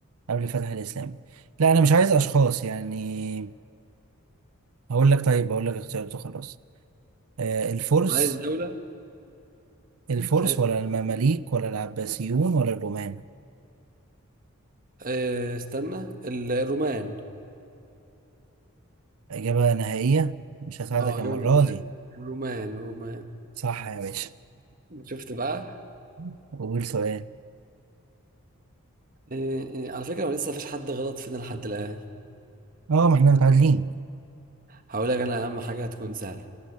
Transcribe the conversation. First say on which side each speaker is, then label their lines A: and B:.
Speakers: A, on the right; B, on the right.
A: قبل الفتح الإسلامي؟ لا أنا مش عايز أشخاص يعني هقول لك طيب هقول لك اختيارات وخلاص آه الفرس
B: عايز دولة
A: الفرس
B: آه،
A: ولا المماليك ولا العباسيون ولا الرومان؟
B: آه، استنى ال- الرومان
A: إجابة نهائية مش هساعدك
B: اه
A: المرة
B: إجابة نهائية
A: دي
B: الرومان الرومان
A: صح يا باشا
B: شفت بقى
A: <laughs> قول سؤال
B: إيه إيه على فكرة هو لسه مفيش حد غلط فينا لحد الآن
A: اه ما احنا متعادلين
B: هقولك أنا أهم حاجة هتكون سهلة